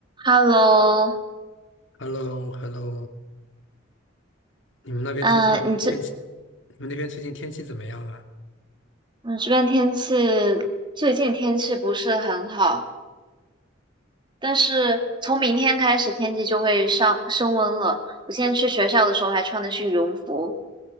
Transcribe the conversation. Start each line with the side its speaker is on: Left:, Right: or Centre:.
Right: Hello，
Left: h e l l o h e l l o 你们那边最近天气，
Right: 呃，你这
Left: 你们那边最近天气怎么样啊？
Right: 你这边天气最近天气不是很好，但是从明天开始天气就会上升温了。我现在去学校的时候还穿的是羽绒服，